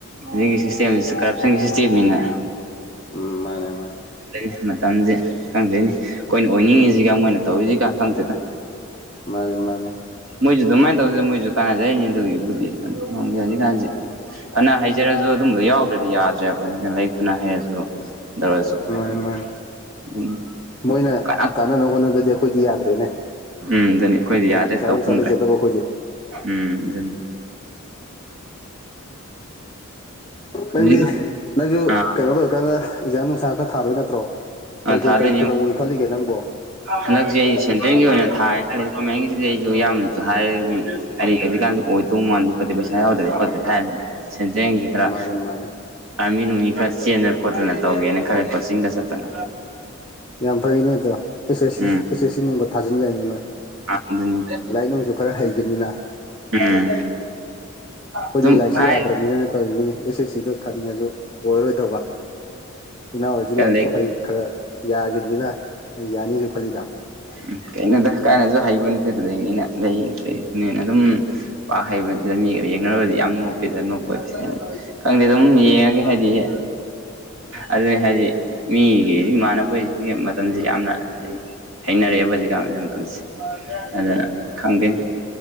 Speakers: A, on the right (about 70°); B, on the left (about 20°).
A: ꯁꯤꯒꯤ ꯁꯤꯁꯇꯦꯝꯁꯤꯗ ꯀꯔꯞꯁꯟꯒꯤ ꯁꯤꯁꯇꯦꯝꯅꯤꯅ
B: ꯎꯝ ꯃꯥꯅꯦ ꯃꯥꯅꯦ
A: ꯪ ꯃꯇꯝꯁꯦ ꯈꯪꯗꯣꯏꯅꯦ ꯑꯩꯈꯣꯏꯅ ꯑꯣꯏꯅꯤꯡꯉꯤꯁꯤꯒ ꯃꯣꯏꯅ ꯇꯧꯔꯤꯁꯤꯒ ꯈꯪꯗꯦꯗ
B: ꯃꯥꯅꯦ ꯃꯥꯅꯦ
A: ꯃꯣꯏꯁꯨ ꯑꯗꯨꯃꯥꯏꯅ ꯇꯧꯖ ꯃꯣꯏꯁꯨ ꯀꯥꯟꯅꯖꯔꯤꯅꯤ ꯑꯗꯨꯒꯤꯕꯨꯗꯤ ꯑꯗꯨ ꯈꯣꯡꯖꯩ ꯍꯧꯖꯤꯛꯀꯥꯟꯁꯦ ꯐꯅ ꯍꯩꯖꯔꯁꯨ ꯑꯗꯨꯝꯕꯣ ꯌꯥꯎꯗ꯭ꯔꯗꯤ ꯌꯥꯗ꯭ꯔꯦꯕ ꯑꯩꯅ ꯂꯥꯏꯔꯤꯛ ꯐꯅ ꯍꯩꯔꯁꯨ ꯇꯧꯔꯁꯨ ꯍꯥꯏꯗꯤ
B: ꯃꯥꯅꯦ ꯃꯣꯏꯅ
A: ꯑꯗꯨꯝ
B: ꯃꯣꯢꯅ
A: ꯀꯅꯥ
B: ꯀꯥꯟꯅꯅꯕ ꯍꯣꯠꯅꯕꯗꯤ ꯑꯩꯈꯣꯏꯗꯤ ꯌꯥꯗ꯭ꯔꯦꯅꯦ
A: ꯎꯝ ꯑꯗꯨꯅꯤ ꯑꯩꯈꯣꯏꯗꯤ ꯌꯥꯗꯦ
B: ꯄꯩꯁꯥ
A: ꯇꯧ
B: ꯅꯨꯡꯁꯥ
A: ꯐꯪꯗ꯭ꯔꯦ
B: ꯂꯩꯖꯗꯕ ꯑꯩꯈꯣꯏꯗꯤ
A: ꯎꯝ ꯑꯗꯨꯅꯤ
B: ꯅꯪꯗꯤ
A: ꯍꯧꯖꯤꯛꯀꯥꯟ
B: ꯅꯪꯁꯨ
A: ꯑꯥ
B: ꯀꯩꯅꯣ ꯂꯣꯏꯔꯀꯥꯟꯗ ꯏꯟꯖꯥꯝ ꯅꯨꯡꯁꯥꯝ ꯈꯔ ꯊꯥꯗꯣꯏ ꯅꯠꯇ꯭ꯔꯣ
A: ꯑꯥ
B: ꯀꯩ ꯀꯩꯧꯗꯧꯕꯒꯦ
A: ꯊꯥꯗꯣꯏꯅꯤ
B: ꯈꯜꯂꯤꯒꯦ ꯅꯪꯕꯣ
A: ꯍꯟꯗꯛꯁꯦ ꯑꯩ ꯁꯦꯟꯇ꯭ꯔꯦꯜꯒꯤ ꯑꯣꯏꯅ ꯊꯥꯇꯥꯔꯗꯤ ꯒꯣꯔꯃꯦꯟꯒꯤꯁꯤꯗꯤ ꯑꯩꯁꯨ ꯌꯥꯝꯅꯁꯨ ꯍꯥꯏꯔꯗꯤ ꯑꯩꯔꯤ ꯍꯧꯖꯤꯛꯀꯥꯟꯗꯤ ꯑꯣꯏꯗꯧ ꯃꯥꯟꯗꯦ ꯈꯣꯠꯇꯦ ꯄꯩꯁꯥ ꯌꯥꯗ꯭ꯔꯦ ꯈꯣꯠꯇ꯭ꯔꯦ ꯍꯥꯏꯔꯅꯤꯅ ꯁꯦꯟꯗ꯭ꯔꯦꯜꯒꯤ ꯈꯔ
B: ꯃꯥꯅꯦ ꯃꯥꯅꯦ
A: ꯑꯥꯔꯃꯤ ꯅꯨꯡꯅꯤ ꯈꯔ ꯆꯦꯟꯗꯅ ꯈꯣꯠꯇꯅ ꯇꯧꯒꯦꯅ ꯈꯜꯂꯦ ꯀꯣꯆꯤꯡꯒ ꯆꯠꯇꯅ
B: ꯌꯥꯝ ꯐꯩꯅꯦ ꯑꯗꯣ ꯑꯦꯁ ꯑꯦꯁ
A: ꯎꯝ
B: ꯑꯦꯁ ꯑꯦꯁ ꯁꯤ ꯅꯨꯡꯒ ꯊꯥꯖꯤꯟ ꯌꯥꯏꯅꯤ ꯅꯣꯏ
A: ꯑꯗꯨꯅꯤ
B: ꯂꯥꯏꯅꯨꯡꯁꯨ ꯈꯔ ꯍꯩꯈꯤꯕꯅꯤꯅ
A: ꯎꯝ
B: ꯑꯩꯈꯣꯏꯗꯤ
A: ꯑꯗꯨꯝ
B: ꯂꯥꯏꯔꯤꯛꯁꯤ
A: ꯍꯥꯏ
B: ꯌꯥꯗ꯭ꯔꯕꯅꯤꯅꯅ ꯇꯧꯔꯤꯅꯤꯅꯤ ꯑꯦꯁ ꯑꯦꯁ ꯁꯤꯗ ꯊꯥꯅꯤꯡꯉꯁꯨ ꯑꯣꯏꯔꯔꯣꯏꯗꯕ ꯏꯅꯥꯎꯣꯏꯗꯤ ꯂꯥꯏꯔꯤꯛꯇꯣ
A: ꯂꯥꯏꯛ
B: ꯍꯩ ꯈꯔ ꯌꯥꯈꯤꯕꯅꯤꯅ ꯑꯩ ꯌꯥꯅꯤꯁꯨ ꯈꯜꯂꯤꯗ
A: ꯎꯝ ꯀꯩꯅꯣꯗ ꯀꯥꯟꯅꯁꯨ ꯍꯩꯕ ꯅꯠꯇꯦ ꯑꯗꯨ ꯂꯩꯅꯤꯅ ꯂꯩ ꯀꯩꯁꯨꯅꯦꯅ ꯑꯗꯨꯝ ꯄꯥꯛ ꯍꯩꯕ ꯅꯠꯇꯅ ꯃꯤꯒ ꯌꯦꯡꯅꯔꯨꯔꯗꯤ ꯌꯥꯝ ꯅꯣꯞꯄꯦꯗ ꯅꯣꯞꯄ ꯈꯪꯗꯦ ꯑꯗꯨꯝ ꯌꯦꯡꯉꯒꯦ ꯍꯥꯏꯗꯤ ꯑꯗꯨꯅꯤ ꯍꯥꯏꯗꯤ ꯃꯤꯒꯤ ꯏꯃꯥꯟꯅꯕꯩ ꯃꯇꯝꯁꯤ ꯌꯥꯝꯅ ꯑꯩ ꯍꯩꯅꯔꯦꯕ ꯍꯧꯖꯤꯛꯀꯥꯟ ꯃꯇꯝꯁꯦ ꯑꯗꯨꯅ ꯈꯪꯗꯦꯅꯦ